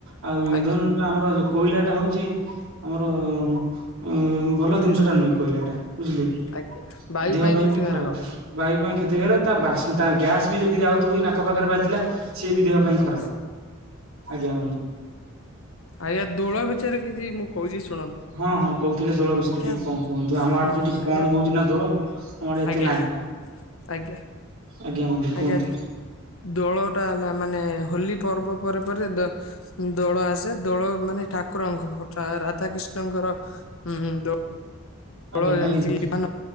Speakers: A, on the right; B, on the left.
A: ଆଉ ଇନ୍ଧନ
B: ଆଜ୍ଞା
A: ଟା ଆମର ଯୋଉ କୋଇଲାଟା ହଉ ଚି ଆମର ଉଁ, ଏ ଭଲ ଦିନିଷ ଟା ନି ଖୋଇଲେ ଏଟା। ବୁଝିଲେ,
B: ଆଜ୍ଞା ବାୟୁ
A: ଏ ଦେହ ପାଇଁ
B: କ୍ଷତିକାରକ
A: ବି ଖରାପ। ବାଇ ପାଇଁ କ୍ଷତି କରକ୍ ତା ବାସ୍ ତା ଗ୍ୟାସ୍ ବି ଯଦି ଯାଉଥିବ ନାକ ପାାଖରେ ବାଜିଲା ସିଏ ବି ଦେହ ପାଇଁ
B: ଆଜ୍ଞା
A: ଖରାପ ଆଜ୍ଞା ବନ୍ଧୁ।
B: ଆଜ୍ଞା ଦୋଳ ବିଛୟରେ କିଛି ମୁଁ କହୁଚି ଶୁ
A: ହଁ, ହଁ କହୁଥିଲେ ଦୋଳ ବିଷୟରେ ଟିକେ
B: ହୁଁ
A: କଣ କୁହନ୍ତୁ? ଆମ ଆଡେ ତ ଟିକେ
B: ଆଜ୍ଞା
A: କମ ହଉଚି ନା ଦୋଳ। ଆମ ଆଡେ ଏତେ
B: ଆଜ୍ଞା
A: ନାହିଁ
B: ଆଜ୍ଞା
A: ଆଜ୍ଞା ବନ୍ଧୁ କୁହନ୍ତୁ
B: ଆଜ୍ଞା ଦୋଳଟା ହେଲା ମାନେ-ଏ-ଏ ହୋଲି ପର୍ବ ପରେ ପରେ ଦ ଦୋଳ ଆସେ। ଦୋଳ ମାନେ ଠାକୁରଙ୍କ ରାଧାକୃିଷ୍ଣଙ୍କର ଉଁ ଦୋ
A: ଆଜ୍ଞା
B: ଳ ଯେମିତି
A: ଆଜ୍ଞା
B: କି ବିମାନ